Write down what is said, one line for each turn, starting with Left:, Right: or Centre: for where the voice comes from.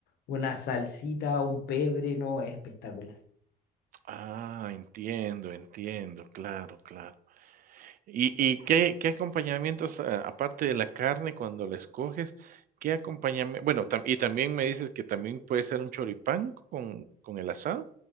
Left: una salsita, un pebre, no, es espectacular.
Right: Ah, entiendo, entiendo, claro, claro. ¿Y y qué qué acompañamientos, a aparte de la carne cuando la escoges, qué acompañamiento. bueno, tam y también me dices que también puede ser un choripán con con el asado?